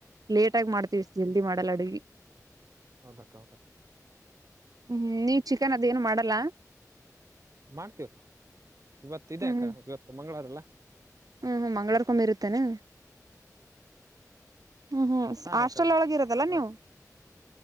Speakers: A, on the right (about 70°); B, on the right (about 50°).
A: ಲೇಟಾಗಿ ಮಾಡ್ತೀವಿ ಜಲ್ದಿ ಮಾಡಲ್ಲ ಅಡಿಗಿ
B: ಹೌದ ಕ ಹೌದ
A: ಹ್ಮ್ ನೀವ್ ಚಿಕನ್ ಅದೇಏನು ಮಾಡಲ್ಲ
B: ಮಾಡ್ತೀವ ಇವತ್ತು ಇದೆ
A: ಹ್ಮ್
B: ಇವತ್ತು ಮಂಗಳವಾರ ಅಲ್ಲ
A: ಹ್ಮ್ ಹ್ಮ ಮಂಗ್ಗಳವರ್ಕೊಂಬಿರುತ್ತೇನು ಹ್ಮ್ ಹ್ಮ್
B: ಹಾ
A: ಹಾಸ್ಟೆಲ್
B: ಅಕ್ಕ
A: ಒಳಗಿ ಇರೋದಲ್ಲ
B: ಹ
A: ನೀವು